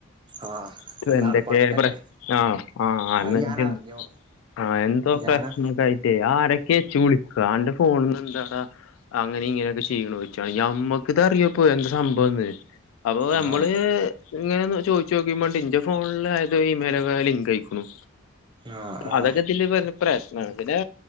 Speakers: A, on the right; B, on the left.
A: ആഹ്
B: ക്കു
A: ഇന്നാള്
B: എന്തൊക്കെ
A: പണ്ടല്ലേ
B: പ്രശ് ആഹ് ആഹ്
A: അത് ഞാൻ
B: <unintelligible>
A: അറിഞ്ഞു
B: ആഹ് എന്തോ
A: ഞാന്
B: പ്രശ്നണ്ടായി ആരൊക്കെച്ച് വിളിക്കാ എന്റെ ഫോണന്ന് എന്താടാ അങ്ങനെ ഇങ്ങനൊക്കെ ച് ചെയ്യണു ചോയിച്ചു അത് ഞമ്മക്കിത് അറിയോ ഇപ്പോ എന്താ സംഭവന്ന് അപ്പൊ നമ്മള്
A: ആഹ്
B: ഇങ്ങനെ ഒന്ന് ചോയിച്ചോക്കി പറഞ്ഞിട്ട് ഇന്റെ ഫോണിൽ അയത് ഇമെയിലൊക്കെ ലിങ്ക് അയിക്കണു
A: ആഹ് ആഹ്
B: അതൊക്കെതില് <unintelligible> പ്രശ്നാ പിന്നെ